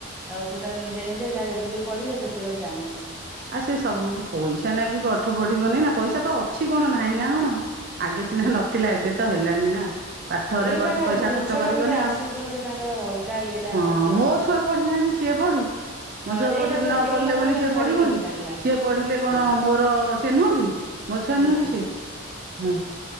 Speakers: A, in the centre; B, on the right.
A: ଆଉ ସେ ତାର ନିଜେ ନିଜେ ଯାହା ଯେତିକି ପଢିଲେ ସେତିକ ବି ଦାମ ଅଛି।
B: ଆ ସେ ସବୁ ପଇସା ନାଗି ପାଠ ପଢିବନି ନା, ପଇସା ତ ଅଛି କଣ ନାହିଁ ନା କଣ। ଆଗେ ସିନା ନଥିଲା ଏବେ ତ ହେଲାଣି ନା। ପାଠରେ
A: ଏଇ
B: ପଠ୍
A: ବା
B: ପଇସା
A: ଜିନିଷ
B: ଖର୍ଚ୍ଚ କରିବନି
A: ଟା ଗୋଟେ
B: ଆଉ,
A: ଆସୁଛି ଗୋଟେ ତାଙ୍କର ଅଲଗା ଇଏଟା
B: ହଁ
A: ଆସୁଛି
B: ମୋ
A: ଆଉ
B: ଛୁଆ ପଢିନାହାନ୍ତି ସିଏ ପଢୁ, ମୋ
A: ହଁ
B: ଛୁଆ
A: ଏଇଟା
B: ପଢି
A: ଗୋଟେ
B: ନ
A: ଏଇ
B: ପଢିଲେ
A: କଥାଟା
B: ବୋଲି
A: ମତେ
B: ସିଏ
A: ଭାରି
B: ପଢିବନି।
A: ଲାଗିଲା
B: ସିଏ ପଢିଲେ କଣ
A: ହଁ
B: ମୋର ସେ ନୁହଁ କି ମୋ ଛୁଆ ନୁହଁ
A: ନା
B: କି ସେ ହଁ।